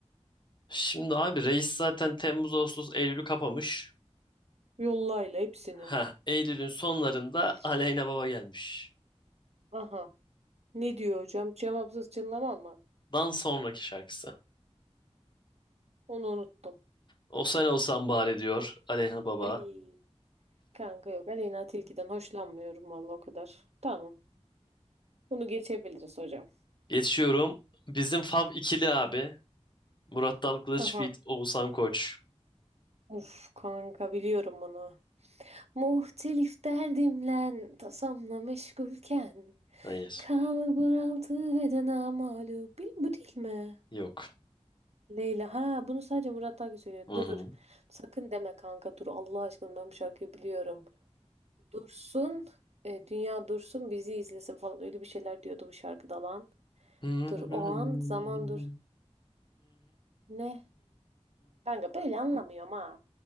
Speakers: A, on the left; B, on the right.
A: Şimdi abi reis zaten Temmuz, Ağustos, Eylül'ü kapamış.
B: Yollayla hepsini.
A: Ha, Eylül'ün sonlarında
B: Uf.
A: Aleyna Baba gelmiş.
B: Aha. Ne diyor hocam? Cevapsız çınlama mı?
A: Dan sonraki şarkısı.
B: Onu unuttum.
A: O sen olsan bari diyor Aleyna Baba.
B: Ay. Kanka yok. Aleyna Tilki'den hoşlanmıyorum vallahi o kadar. Tamam. Bunu geçebiliriz hocam.
A: Geçiyorum. Bizim Fab ikili abi. Murat Dal Kılıç
B: Aha.
A: feat. Oğuzhan Koç.
B: Uf kanka biliyorum bunu. Muhtelif derdimle tasamla meşgulken
A: Hayır.
B: kalbur altı beden amalu. Bil bu değil mi?
A: Yok.
B: Leyla. Ha bunu sadece Murat Akgül söylüyor.
A: Hı
B: Dur. Sakın deme kanka dur. Allah aşkına ben bu şarkıyı biliyorum. Dursun. e, dünya dursun bizi izlesin falan. Öyle bir şeyler diyordu bu şarkıda lan.
A: hı. <laughs>
B: Dur o an zaman dur. Ne? Kanka böyle anlamıyorum ha.